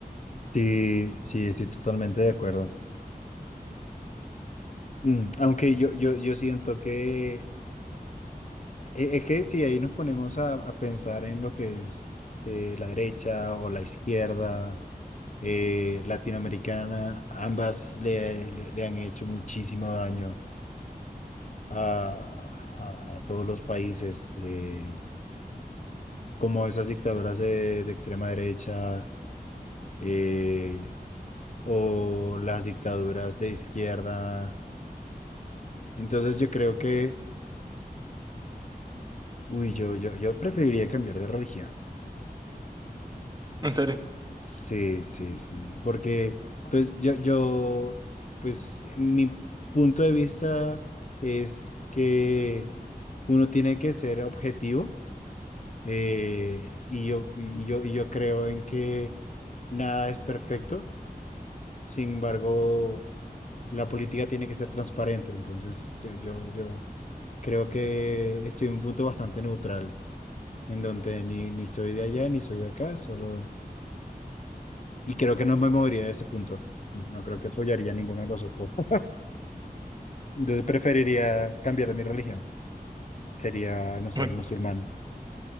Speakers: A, on the left; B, on the right.
A: Sí, sí, estoy totalmente de acuerdo. Mm, aunque yo, yo, yo siento que e- es que si ahí nos ponemos a, a pensar en lo que es eh, la derecha o la izquierda eh, latinoamericana, ambas le, le- le han hecho muchísimo daño a, a- a todos los países, eh, como esas dictaduras de, de extrema derecha eh, o las dictaduras de izquierda. Entonces yo creo que, uy, yo, yo, yo preferiría cambiar de religión.
B: En serio.
A: Sí, sí, sí, porque pues yo, yo, pues mi punto de vista es que uno tiene que ser objetivo eh, y yo, y yo, y yo creo en que nada es perfecto, sin embargo, la política tiene que ser transparente, entonces yo, yo, yo creo que estoy en un punto bastante neutral, en donde ni, ni estoy de allá ni soy de acá, solo Y creo que no me movería de ese punto. No creo que apoyaría a ninguno de los otros. <laughs> Entonces preferiría cambiar mi religión. Sería, no sé,
B: Muy,
A: musulmán.